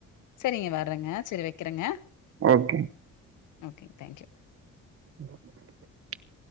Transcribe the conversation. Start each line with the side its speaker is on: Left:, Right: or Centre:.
Left: சரிங்க வரங்க செரி வெக்கிறங்க
Right: ஓகே.
Left: ஓகேங் தேங்க் யூ
Right: உம் <inaudible>